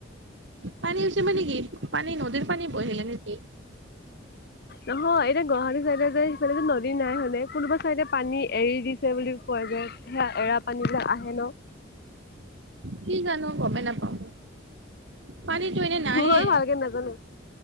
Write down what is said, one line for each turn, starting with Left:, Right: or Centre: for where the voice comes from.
Right: পানী উ হৈছে মানে কি পানী নদীৰ পানী বঢ়িলে নেকি?
Left: অ এতিয়া গুৱাহাটী চাইডে যে সিফালে নদী নাই হয়নে কোনোবা চাইডে পানী এৰি দিছে বুলি কোৱা যায়। সেয়া এৰা পানীবিলাক আহে ন
Right: কি জানোঁ গমে নাপাওঁ। পানীতো এনে নাইয়ে
Left: মই ভালকে নাজানোঁ